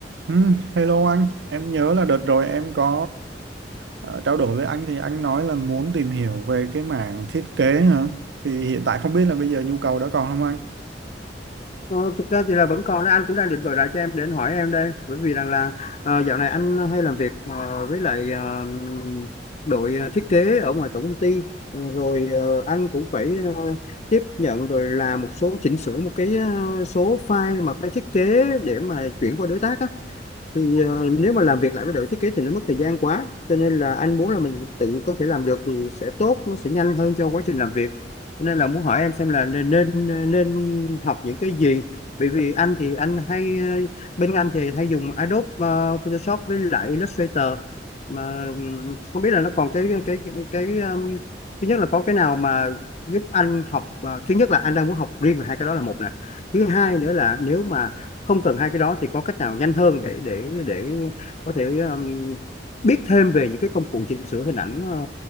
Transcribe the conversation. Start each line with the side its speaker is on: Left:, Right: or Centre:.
Right: Ừ, hello anh, em nhớ là đợt rồi em có ờ, trao đổi với anh thì anh nói là muốn tìm hiểu về cái mảng thiết kế hả? Thì hiện tại không biết là bây giờ nhu cầu đó còn không anh?
Left: Ờ, thực ra thì là vẫn còn đấy anh cũng đang định gọi lại cho em để anh hỏi em đây bởi vì rằng là ờ, dạo này anh hay làm việc ờ, với lại ờ, đội ờ, thiết kế ở ngoài tổng công ty Ờ, rồi ờ, anh cũng phải ờ, tiếp nhận rồi làm một số chỉnh sửa một cái ờ, số file mà phải thiết kế để mà chuyển qua đối tác á thì ờ, nếu mà làm việc lại với đội thiết kế thì nó mất thời gian quá cho nên là anh muốn là mình tự có thể làm được thì sẽ tốt nó sẽ nhanh hơn cho quá trình làm việc Cho nên là muốn hỏi em xem là nên nên, ờ, nên học những cái gì bởi vì anh thì anh hay ờ, bên anh thì hay dùng Adobe ờ, Photoshop với lại Illustrator mà ừm, không biết là nó còn cái cái cái, cái ừm, thứ nhất là có cái nào mà giúp anh học ờ, thứ nhất là anh đang muốn học riêng về hai cái đó là một nè thứ hai nữa là nếu mà không cần hai cái đó thì có cách nào nhanh hơn để để để có thể um, biết thêm về những cái công cụ chỉnh sửa hình ảnh ờ,